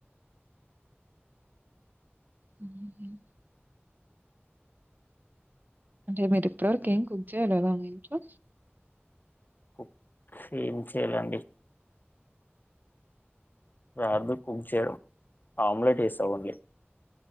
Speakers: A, on the right; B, on the left.
A: ఆ <unintelligible> అంటే మీరు ఇప్పటి వరకు ఏం కుక్ చేయాలదా మీ ఇంట్లో
B: కుక్ ఏం చేయాలండి రాదు కుక్ చేయడం ఆమ్లెట్ వేసావున్లీ